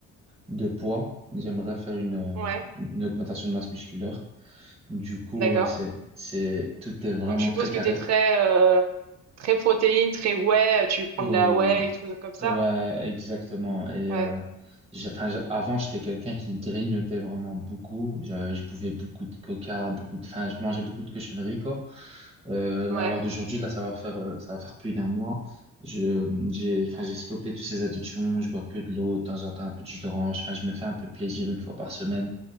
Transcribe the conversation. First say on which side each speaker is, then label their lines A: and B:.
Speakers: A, on the right; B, on the right.
A: de poids. J'aimerais faire une, euh,
B: ouais,
A: une une augmentation de masse musculaire. Du coup,
B: d'accord.
A: ouais, c'est, c'est, tout est vraiment
B: Donc je suppose
A: très carré.
B: que t'es très euh, très protéine, très whey, euh, tu prends
A: Euh,
B: de la whey et tout comme ça.
A: Ouais, exactement. Et
B: Ouais,
A: euh, j'ai- enfin, j'ai- avant, j'étais quelqu'un qui grignotait vraiment beaucoup. Je, je buvais beaucoup de coca, beaucoup de, enfin, je mangeais beaucoup de cochonneries, quoi. Euh,
B: ouais,
A: alors d'aujourd'hui, là, ça va faire, euh, ça va faire plus d'un mois. Je, j'ai, enfin, j'ai stoppé toutes ces addictions. Je bois que de l'eau, de temps en temps un peu de jus d'orange. Enfin, je me fais un peu plaisir une fois par semaine